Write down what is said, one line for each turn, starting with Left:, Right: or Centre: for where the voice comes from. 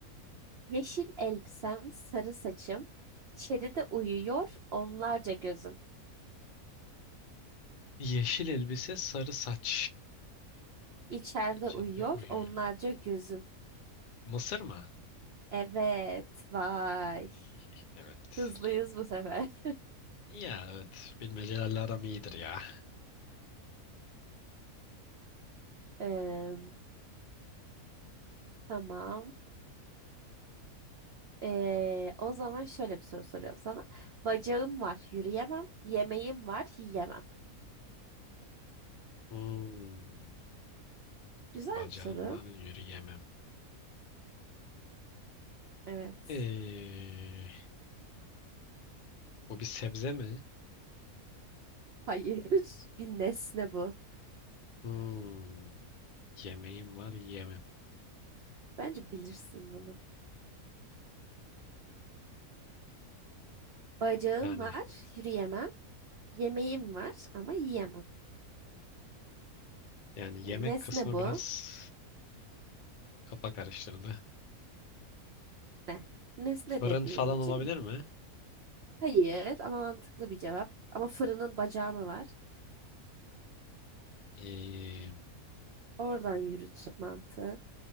Right: Yeşil elbisem, sarı saçım, içeride uyuyor onlarca gözüm.
Left: Yeşil elbise sarı saç.
Right: İçeride
Left: İçinde
Right: uyuyor
Left: uyuyor.
Right: onlarca gözüm.
Left: Mısır mı?
Right: Evet, vay.
Left: <laughs> Evet.
Right: Hızlıyız bu sefer. <laughs>
Left: Ya evet. Bilmecelerle aram iyidir ya.
Right: Eee, tamam. Eee, o zaman şöyle bir soru soruyorum sana. Bacağım var, yürüyemem. Yemeğim var, yiyemem.
Left: Hmm.
Right: Güzel
Left: Bacağım
Right: bir soru.
Left: var yürüyemem.
Right: Evet.
Left: Ee, bu bir sebze mi?
Right: Hayır. <laughs> Bir nesne bu.
Left: Hmm, yemeğim var yemem.
Right: Bence bilirsin bunu. Bacağım
Left: Yani
Right: var, yürüyemem. Yemeğim var ama yiyemem.
Left: yani
Right: Ya
Left: yemek
Right: nesne
Left: kısmı
Right: bu.
Left: biraz kafa karıştırdı.
Right: Ne? Nesne
Left: Fırın
Right: dediğim
Left: falan
Right: için
Left: olabilir mi?
Right: hayır ama mantıklı bir cevap. Ama fırının bacağı mı var?
Left: Ee,
Right: Oradan yürüt mantığı.